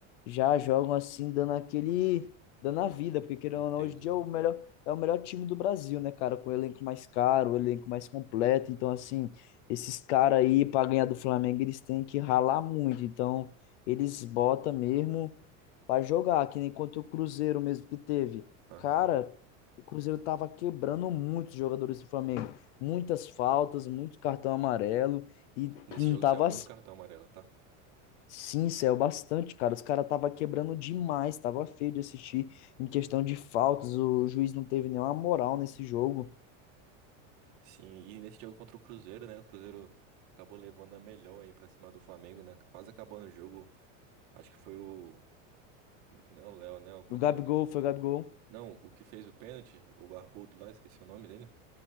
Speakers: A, on the left; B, on the right.
A: já jogam assim, dando aquele, dando a vida, porque querendo
B: Entendi.
A: ou não, hoje em dia é o melhor, é o melhor time do Brasil, né, cara, com o elenco mais caro, o elenco mais completo, então assim, esses caras aí, para ganhar do Flamengo, eles têm que ralar muito, então eles botam mesmo Pra jogar, que nem contra o Cruzeiro mesmo que teve.
B: Aham.
A: Cara, o Cruzeiro tava quebrando muitos jogadores do Flamengo. Muitas faltas, muito cartão amarelo e
B: Nesse
A: não
B: jogo
A: tava
B: saiu muito cartão amarelo, tá?
A: sim, saiu bastante, cara. Os caras tava quebrando demais, tava feio de assistir em questão de faltas. O juiz não teve nenhuma moral nesse jogo.
B: Sim, e nesse jogo contra o Cruzeiro, né? O Cruzeiro acabou levando a melhor aí pra cima do Flamengo, né? Quase acabou no jogo. Acho que foi o. Não é o Léo, né? Como
A: O
B: é
A: Gabigol
B: que é o nome dele?
A: foi o Gabigol.
B: Não, o que fez o pênalti, o barbudo lá, esqueci o nome dele.